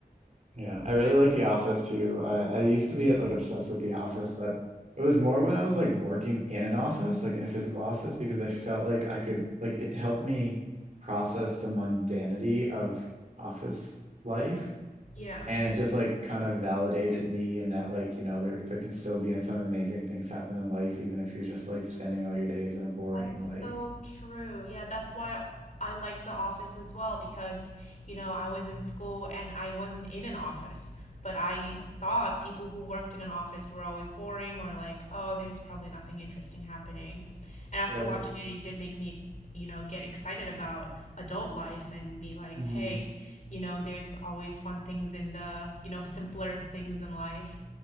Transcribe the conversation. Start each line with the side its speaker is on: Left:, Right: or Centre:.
Right: Yeah. I really
Left: Yeah.
Right: like The Office too. I, I used to be
Left: Mhm.
Right: like obsessed with The Office, but it was more when I was like working in an office, like in a physical office, because I felt like I could, like, it helped me process the mundanity of office life.
Left: Yeah.
Right: And it just like kind of validated me in that like, you know, there there can still be some amazing things happen in life, even if you're just like spending all your days in a boring
Left: That's
Right: like,
Left: so true. Yeah, that's why I like the office as well because, you know, I was in school and I wasn't in an office, but I
Right: you
Left: thought people who worked in an office were always boring or like, oh, there's probably nothing interesting happening. And after
Right: know,
Left: watching it, it did make me, you know, get excited about adult life and be like,
Right: right.
Left: hey, you know, there's always fun things in the, you know, simpler things in life.